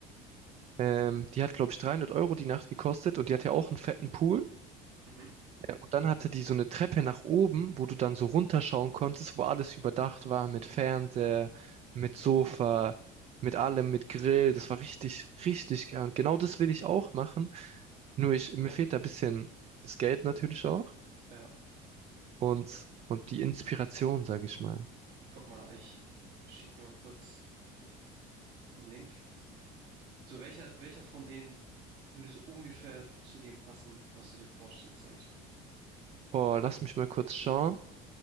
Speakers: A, on the right; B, on the right.
A: Ähm, die hat, glaube ich, 300 Euro die Nacht gekostet und die hatte auch einen fetten Pool.
B: mhm.
A: Ja, und dann hatte die so eine Treppe nach oben, wo du dann so runterschauen konntest, wo alles überdacht war mit Fernseher, mit Sofa, mit allem, mit Grill. Das war richtig, richtig geil. Und genau das will ich auch machen. Nur ich, mir fehlt da ein bisschen das Geld natürlich auch
B: Ja,
A: und, und die Inspiration, sage ich mal.
B: guck mal, ich schick dir mal kurz einen Link. So, welcher, welcher von denen würde so ungefähr zu dem passen, was du dir vorstellst, sag ich mal.
A: Boah, lass mich mal kurz schauen.